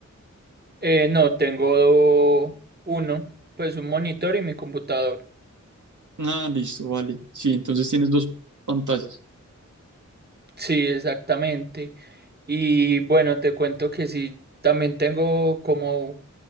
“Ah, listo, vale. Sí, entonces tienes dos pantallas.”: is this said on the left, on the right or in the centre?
Right